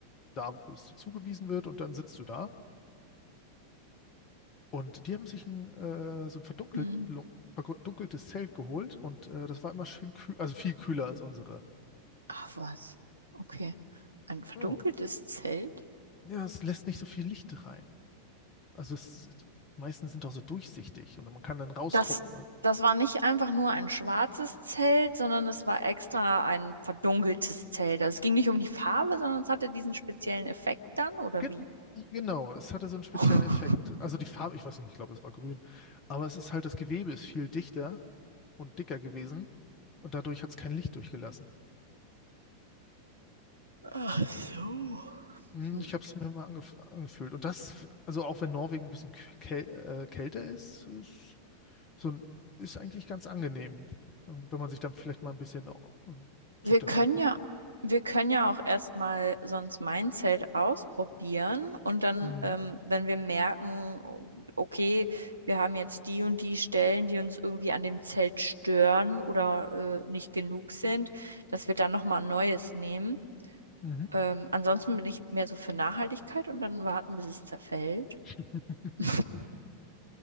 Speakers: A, on the left (about 30°); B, on the right (about 80°).
A: da, wo es dir zugewiesen wird und dann sitzt du da. Und die haben sich ein, äh, so ein verdunkelt,
B: hm.
A: verdunkeltes Zelt geholt und äh, das war immer schön kühl, also viel kühler als unsere.
B: Ach was. Okay. ein verdunkeltes
A: Ja.
B: Zelt.
A: Ja, es lässt nicht so viel Licht rein. Also es, die meisten sind auch so durchsichtig und man kann dann rausgucken.
B: Das, das war nicht einfach nur ein schwarzes Zelt, sondern es war extra ein verdunkeltes Zelt. Also es ging nicht um die Farbe, sondern es hatte diesen speziellen Effekt dann, oder
A: Gen
B: wie?
A: genau, es hatte so einen speziellen
B: <laughs>
A: Effekt. Also die Farbe, ich weiß nicht, ich glaube, es war grün, aber es ist halt, das Gewebe ist viel dichter und dicker gewesen und dadurch hat es kein Licht durchgelassen.
B: Ach so.
A: Hm,
B: Hm.
A: Ich habe es mir mal angef angefühlt. Und das, also auch wenn Norwegen ein bisschen käl äh, kälter ist, ist, so ein, ist eigentlich ganz angenehm, Ähm, wenn man sich dann vielleicht mal ein bisschen äh,
B: Wir
A: sich das
B: können
A: anguckt.
B: ja, wir können ja auch erstmal sonst mein Zelt ausprobieren und dann,
A: Mhm.
B: ähm, wenn wir merken, okay, wir haben jetzt die und die Stellen, die uns irgendwie an dem Zelt stören oder äh, nicht genug sind, dass wir dann nochmal ein neues nehmen.
A: Mhm.
B: Ähm, ansonsten bin ich mehr so für Nachhaltigkeit und dann warten, bis es zerfällt.
A: <laughs>
B: <laughs>